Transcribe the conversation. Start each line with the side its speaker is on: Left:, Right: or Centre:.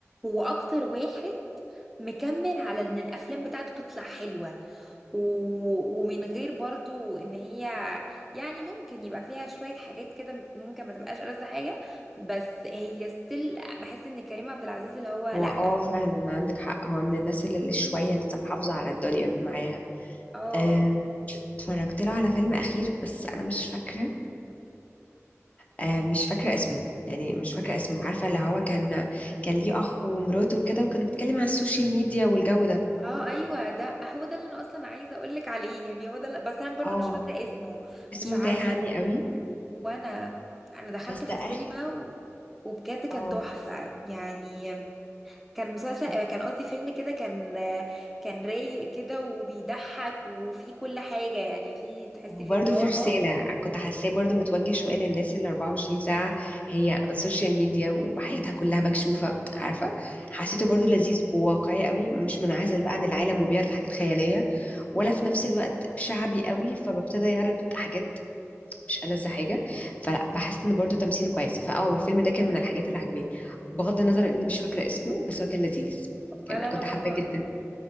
Centre: هو أكتر واحد مكمل على إن الأفلام بتاعته تطلع حلوة و... ومن غير برضو إن هي يعني ممكن يبقى فيها شوية حاجات كده ممكن ما تبقاش ألذ حاجة بس هي ستيل بحس إن كريم عبد العزيز اللي هو لأ
Left: هو اه فعلا عندك حق هو من الناس اللي اللي شوية لسه محافظة على الدنيا معاها
Centre: اه
Left: آه، اتفرجت له على فيلم اخير بس انا مش فاكرة آه، مش فاكرة اسمه يعني مش
Centre: آه.
Left: فاكرة اسمه عارفة اللي هو كان كان ليه أخ ومراته وكده وكانوا بيتكلم على السوشيال ميديا والجو ده
Centre: اه ايوه ده هو ده اللي انا اصلا عايزه اقول لك عليه يعني هو ده اللي- بس انا برضو
Left: اه
Centre: مش فاكره اسمه
Left: اسمه
Centre: مش عارفه
Left: تاه عني قوي
Centre: وانا انا دخلته
Left: بس
Centre: في
Left: ده
Centre: السينما
Left: آخر
Centre: و... وبجد كان
Left: اه
Centre: تحفه يعني كان مسلسل آه، كان قصدي فيلم كده كان آه، كان رايق كده وبيضحك وفيه كل حاجه يعني فيه تحسي
Left: وبرده
Centre: فيه دراما
Left: في رسالة كنت حاساه برده متوجه شوية للناس اللي 24 ساعة هي على السوشيال ميديا وحياتها كلها مكشوفة عارفة حسيته برده لذيذ وواقعي قوي مش منعزل بقى عن العالم وبيعرض حاجات خيالية ولا في نفس الوقت شعبي قوي فببتدى يعرض حاجات مش ألذ حاجة فلا بحس ان برضو تمثيله كويس فاه الفيلم ده كان من الحاجات اللي عجباني بغض النظر اني مش فاكرة اسمه بس هو كان لذيذ كان
Centre: ولا
Left: كنت
Centre: انا برضو
Left: حابة جدا